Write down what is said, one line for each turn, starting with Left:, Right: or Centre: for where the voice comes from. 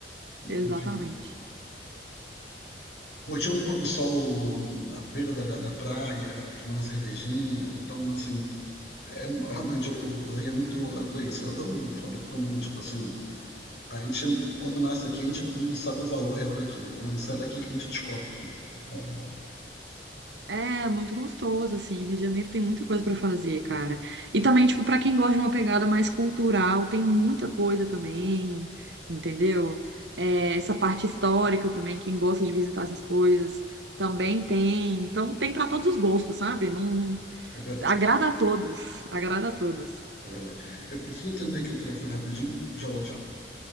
Right: exatamente.
Left: enfim. Ou tinha um pôr do sol à beira da, da, da praia, tomando uma cervejinha. Então, assim, é, realmente o Rei é muito voltado para isso. Eu, eu falo para todo mundo, tipo assim, a gente, quando nasce aqui, a gente não sabe o valor real daqui, né? Quando a gente sai daqui, que a gente descobre que o, o quão é bom.
Right: É muito gostoso, assim. Rio de Janeiro tem muita coisa para fazer, cara. E também, tipo, para quem gosta de uma pegada mais cultural, tem muita coisa também, entendeu? É, essa parte histórica também, quem gosta de visitar essas coisas, também tem. Então, tem para todos os gostos, sabe? Não,
Left: É verdade,
Right: Agrada a todos, agrada a todos.
Left: é verdade. Eu preciso atender aqui o telefone rapidinho, já volto já.